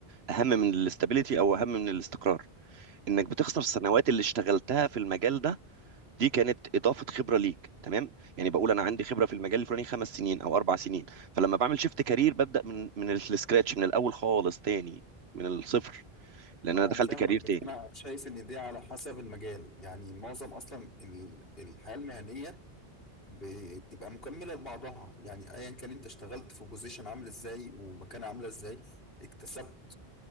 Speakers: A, on the right; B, on the left.
A: اهم من الاستابيليتي او اهم من الاستقرار انك بتخسر السنوات اللي اشتغلتها في المجال ده دي كانت اضافه خبره ليك تمام يعني بقول انا عندي خبره في المجال الفلاني خمس سنين او اربع سنين فلما بعمل شيفت كارير ببدا من من السكراتش من الاول خالص تاني من الصفر لان
B: اه
A: انا دخلت
B: انا فاهمك
A: كارير
B: بس
A: تاني
B: انا شايف ان دي على حسب المجال يعني معظم اصلا ال- الحياه المهنيه بتبقى مكمله لبعضها يعني ايا كان انت اشتغلت في بوزيشن عامل ازاي ومكانه عامله ازاي اكتسبت